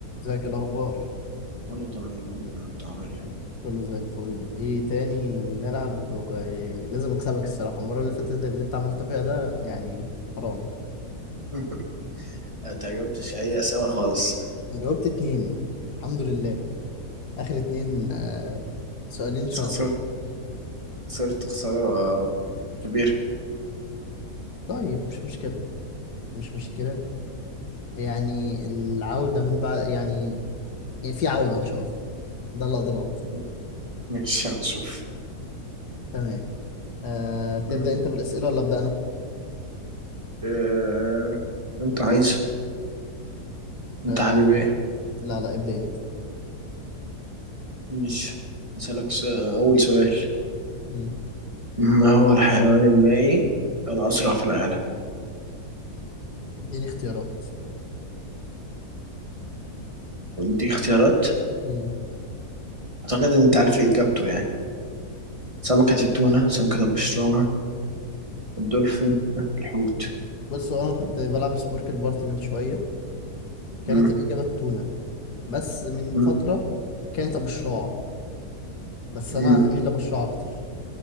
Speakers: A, on the left (about 80°); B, on the right (about 20°).
A: ازيك إيه الاخبار
B: والله تمام الحمد لله انت عامل ايه؟
A: كله زي الفل ايه تاني نلعب وجاي لازم اكسبك الصراحه المره اللي فاتت اللي انت عملته فيها ده يعني حرام
B: <laughs> انت جاوبتش اي اسئله خالص
A: جاوبت اتنين الحمد لله اخر اتنين آه سؤالين شرف
B: بس خسرت
A: يعني
B: خسرت خساره كبيره
A: طيب مش مشكله مش مشكله يعني العوده من بعد يعني يعني في عوده ان شاء الله ده اللي اقدر اقوله
B: <laughs> مش هنشوف
A: تمام آه تبدا
B: مم.
A: انت بالاسئله ولا ابدا انا
B: آه، اللي انت عايزه انت
A: آه
B: حبيب ايه؟
A: لا لا ابدا انت
B: مش اسالك س- اول سؤال
A: مم.
B: ما هو الحيوان المائي الاسرع في العالم؟
A: اديني اختيارات
B: دي اختيارات
A: مم.
B: اعتقد ان انت عارف اجابته يعني سمكه التونه سمكه البشرانه الدولفين الحوت
A: بص هو انا كنت بلعب سبورك البارتي من شويه كانت
B: مم.
A: الإجابة التونة بس من
B: مم.
A: فترة كانت أبو الشراع بس
B: مم.
A: أنا هميل لأبو الشراع أكتر